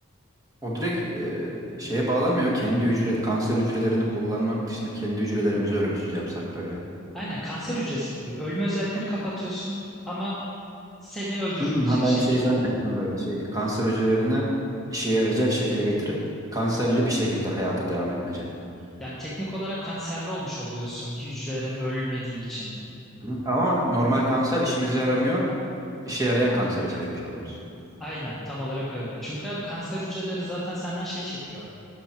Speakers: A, on the right; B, in the centre.
A: O direkt e, şeye bağlanmıyor. Kendi hücre kanser hücrelerini kullanmak dışında kendi hücrelerimizi ölümsüz yapsak böyle.
B: Aynen kanser hücresi gibi ölme özelliklerini kapatıyorsun ama seni öldürmeyecek
A: Hmm, ha ben
B: şekilde.
A: şey zannettim böyle şey. Kanser hücrelerini işe yarayacak şekilde getirip kanserli bir şekilde hayata devam etmece.
B: Yani teknik olarak kanserli olmuş oluyorsun hücrelerin ölmediği için.
A: Hı. Ama normal kanser işimize yaramıyor. İşe yarayan kansere çevirmiş oluyoruz.
B: Aynen tam olarak öyle. Çünkü abi kanser hücreleri zaten senden şey çekiyor.